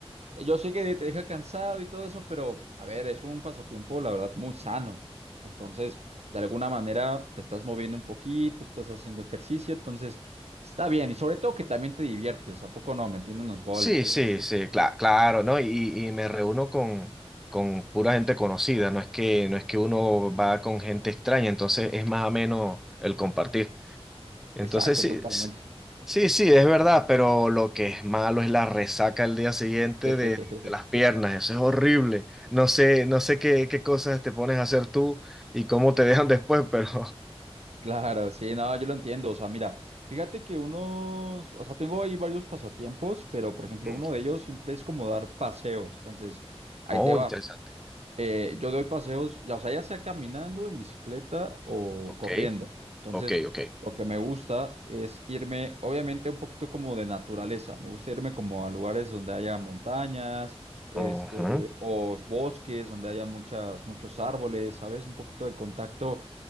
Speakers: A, on the right; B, in the centre.
A: eh, Yo sé que te deja cansado y todo eso, pero a ver, es un pasatiempo, la verdad, muy sano. Entonces, de alguna manera te estás moviendo un poquito, estás haciendo ejercicio, entonces está bien. Y sobre todo que también te diviertes, ¿a poco no? Metiendo unos goles
B: Sí,
A: o algo
B: sí,
A: así.
B: sí, cla- claro, ¿no? Y, y me reúno con, con pura gente conocida, no es que, no es que uno va con gente extraña, entonces es más ameno el compartir. Entonces
A: Exacto,
B: sí,
A: totalmente.
B: s- sí, sí, es verdad, pero lo que es malo es la resaca el día siguiente
A: <laughs>
B: de, de las piernas, eso es horrible. No sé, no sé qué, qué cosas te pones a hacer tú y cómo te <laughs> dejan después, pero...
A: Claro, sí, no, yo lo entiendo. O sea, mira, fíjate que unos, o sea, tengo ahí varios pasatiempos, pero por ejemplo,
B: <laughs>
A: uno de ellos siempre es como dar paseos. Entonces, ahí
B: Oh,
A: te va.
B: interesante.
A: Eh, yo doy paseos, ya, o sea, ya sea caminando, en bicicleta o
B: Ok,
A: corriendo. Entonces,
B: ok, ok.
A: lo que me gusta es irme, obviamente, un poquito como de naturaleza. Me gusta irme como a lugares donde haya montañas, este,
B: Ujú.
A: o bosques, donde haya muchas, muchos árboles, ¿sabes? Un poquito de contacto